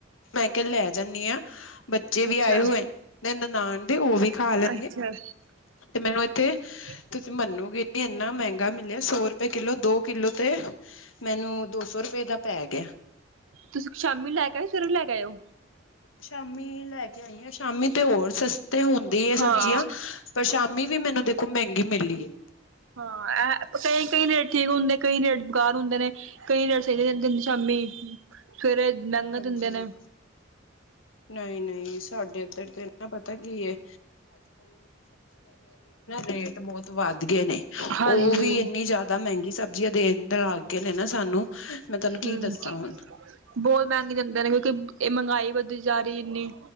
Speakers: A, on the left (about 85°); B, on the right (about 85°).
A: ਮੈਂ ਕਿਹਾ ਲੈ ਜਾਂਦੀ ਹਾਂ ਬੱਚੇ ਵੀ
B: ਅੱਛਾ
A: ਆਏ ਹੋਏ ਨਨਾਨ ਦੇ ਉਹ ਵੀ ਖਾ ਲੈਣਗੇ
B: ਅੱਛਾ
A: ਤੇ ਮੈਨੂੰ ਇੱਥੇ
B: ਹਾਂ
A: ਮਨੋ ਕਿ ਇੰਨਾ ਮਹਿੰਗਾ ਮਿਲਿਆ ਸੋ ਰੁਪਏ ਕਿੱਲੋ ਦੋ ਕਿੱਲੋ ਤੇ ਮੈਨੂੰ ਦੋ ਸੌ ਰੁਪਏ ਦਾ ਪੈ ਗਿਆ
B: ਤੁਸੀਂ ਸ਼ਾਮੀ ਲੈ ਕੇ ਆਇਓ ਸਵੇਰੇ ਲੈ ਕੇ ਆਇਓ
A: ਸ਼ਾਮੀ ਲੈ ਕੇ ਆਈ ਹ ਸ਼ਾਮੀ ਤੇ ਹੋਰ ਸਸਤੇ ਹੁੰਦੀ ਆ
B: ਹਾਂ
A: ਸਬਜ਼ੀਆਂ ਪਰ ਸ਼ਾਮੀ ਵੀ ਵੀ ਮੈਨੂੰ ਦੇਖੋ ਮਹਿੰਗੀ ਮਿਲੀ ਏ
B: ਹਾਂ ਐ ਇਹ। ਕਈ ਰੇਟ ਠੀਕ ਹੁੰਦੇ ਨੇ, ਕਈ ਰੇਟ ਬੇਕਾਰ ਹੁੰਦੇ ਨੇ, ਕਈ ਰੇਟ ਸਹੀ ਦਿੰਦੇ ਨੇ ਸ਼ਾਮੀ। ਸਵੇਰੇ ਮਹਿੰਗਾ
A: ਹਾਂਜੀ
B: ਦਿੰਦੇ ਨੇ।
A: ਨਹੀਂ ਨਹੀਂ ਸਾਡੇ ਇੱਧਰ ਤੇ ਨਾ ਪਤਾ ਕੀ ਹੈ? ਰੇਟ ਬਹੁਤ ਵੱਧ ਗਏ ਨੇ
B: ਹਾਂਜੀ।
A: ਉਹ ਵੀ ਇੰਨੀ ਜ਼ਿਆਦਾ ਮਹਿੰਗੀ ਸਬਜ਼ੀਆਂ ਦੇਣ ਲੱਗ ਗਏ ਨੇ ਨਾ ਸਾਨੂੰ ਮੈਂ ਤੁਹਾਨੂੰ ਕੀ
B: ਹੂੰ
A: ਦੱਸਾਂ ਹੁਣ
B: ਬੋਲ ਮੈ ਨੀ ਜਾਂਦੇ ਨੇ। ਕਿ ਇਹ ਮਹਿੰਗਾਈ ਵਧੀ ਜਾ ਰਹੀ ਇੰਨੀ